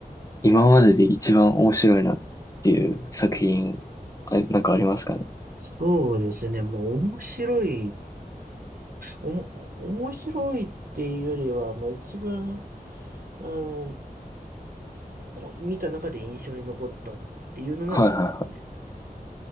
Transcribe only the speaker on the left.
今までで一番面白いなっていう作品、あ、なんかありますかね。
はいはいは